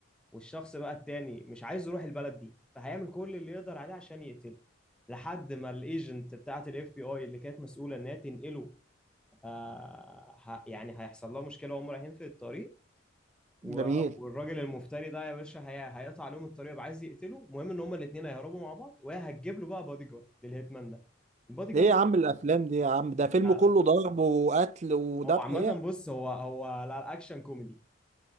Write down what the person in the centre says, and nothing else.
والشخص بقى التاني مش عايز يروح البلد دي فهيعمل كل اللي يقدر عليه عشان يقتله لحد ما الايجنت بتاعه الاف بي اي اللي كانت مسؤوله انها تنقله آه ه- يعني هيحصل لها مشكله وهم رايحين في الطريق و-
والراجل المفتري ده يا باشا هي... هيقطع عليهم الطريق يبقى عايز يقتله المهم ان هما الاثنين هيهربوا مع بعض وهي هتجيب له بقى بادي جارد للهيتمان ده البادي
جارد
ده
لا،
لا.
هو عامه
بص هو هو لا اكشن كوميدي